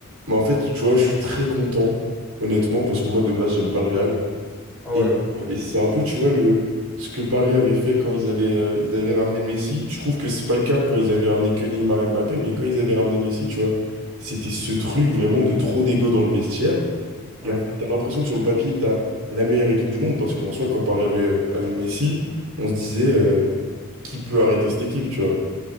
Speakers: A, on the right; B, in the centre.
A: bah, en fait, tu vois, je suis très content, honnêtement, parce que moi, de base, j'aime pas le Real.
B: Ah
A: Et,
B: ouais,
A: et c'est un peu, tu vois, le, ce que Paris avait fait quand ils avaient, euh, ils avaient ramené Messi. Je trouve que c'est pas le cas quand ils avaient ramené que Neymar et Mbappé, mais quand ils avaient ramené Messi, tu vois, c'était ce truc vraiment de trop d'ego dans le vestiaire.
B: ouais,
A: Et en fait, t'as l'impression que sur le papier, t'as la meilleure équipe du monde, parce qu'en soi, quand Paris avait, euh, avait Messi, on se disait, euh, qui peut arrêter cette équipe, tu vois.